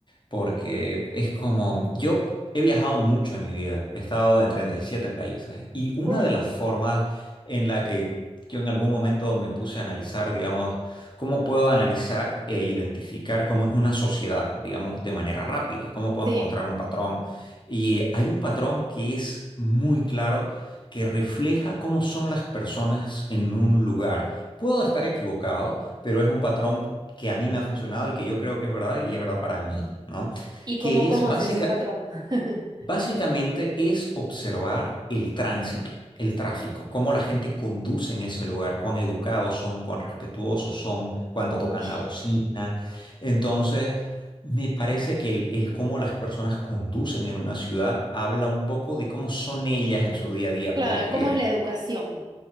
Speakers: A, on the left; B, on the right.
A: porque es como, yo he viajado mucho en mi vida, he estado en 37 países y una
B: uf,
A: de las formas en la que yo en algún momento me puse a analizar, digamos, cómo puedo analizar e identificar cómo es una sociedad, digamos, de manera rápida, cómo puedo
B: sí.
A: encontrar un patrón. Y hay un patrón que es muy claro, que refleja cómo son las personas en un lugar. Puedo estar equivocado, pero es un patrón que a mí me ha funcionado y que yo creo que es verdad y es verdad para mí, ¿no?
B: ¿Y cómo,
A: Que
B: cómo
A: es básica,
B: es ese patrón? <laughs>
A: básicamente es observar el tránsito, el tráfico, cómo la gente conduce en ese lugar, cuán educados son, cuán respetuosos son, cuánto
B: Uy,
A: tocan la bocina. Entonces, me parece que el, el cómo las personas conducen en una ciudad habla un poco de cómo son ellas en su día a día,
B: claro,
A: porque
B: ¿cómo es la educación?